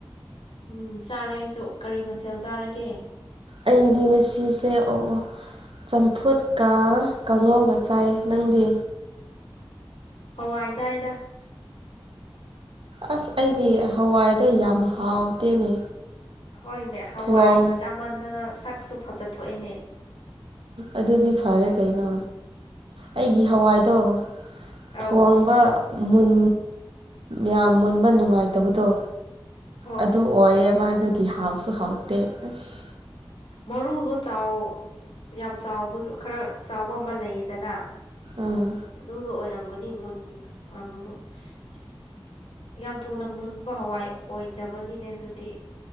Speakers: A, on the left (about 80°); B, on the right (about 70°).
A: ꯎꯝ ꯆꯥꯔꯦ ꯑꯩꯁꯨ ꯀꯔꯤ ꯃꯊꯦꯜ ꯆꯥꯔꯒꯦ
B: ꯑꯩꯗꯤ ꯉꯥꯁꯤꯁꯦ ꯑꯣ ꯑꯣ ꯆꯝꯐꯨꯠꯀ ꯀꯥꯡꯉꯧꯒ ꯆꯥꯏ ꯅꯪꯗꯤ
A: ꯍꯋꯥꯏ ꯆꯥꯏꯗ
B: ꯑꯁ ꯑꯩꯗꯤ ꯍꯋꯥꯏꯗꯣ ꯌꯥꯝ ꯍꯥꯎꯇꯦꯅꯦ꯫
A: ꯍꯣꯏꯅꯦ ꯍꯋꯥꯏ
B: ꯊꯣꯡ
A: ꯆꯥꯃꯟꯗꯅ ꯁꯥꯛꯁꯨ ꯐꯖ ꯊꯣꯛꯑꯦꯅꯦ꯫
B: ꯑꯗꯨꯗꯤ ꯐꯔꯦ ꯀꯩꯅꯣ ꯑꯩꯒꯤ ꯍꯋꯥꯏꯗꯣ
A: ꯑꯧ
B: ꯊꯣꯡꯕ ꯃꯨꯟ ꯌꯥꯝ ꯃꯨꯟꯕ ꯅꯨꯉꯥꯏꯇꯕꯗꯣ
A: ꯑꯣ
B: ꯑꯗꯣ ꯑꯣꯏꯌꯦꯕ ꯑꯗꯨꯒꯤ ꯍꯥꯎꯁꯨ ꯍꯥꯎꯇꯦ ꯑꯁ
A: ꯃꯔꯨꯗꯣ ꯆꯥꯎ ꯎꯝ ꯌꯥꯝ ꯆꯥꯎꯕꯒꯤ ꯈꯔ ꯆꯥꯎꯕ ꯑꯃ ꯂꯩꯌꯦꯗꯅ
B: ꯑꯥ
A: ꯑꯗꯨꯗꯣ ꯑꯣꯏꯔꯝꯒꯅꯤ ꯃꯨꯟ ꯑ ꯃꯨꯠ ꯍꯦꯛ ꯌꯥꯝ ꯊꯨꯅ ꯃꯨꯟꯕ ꯍꯋꯥꯏ ꯑꯣꯏꯗꯕꯒꯤꯅꯦ ꯗꯨꯗꯤ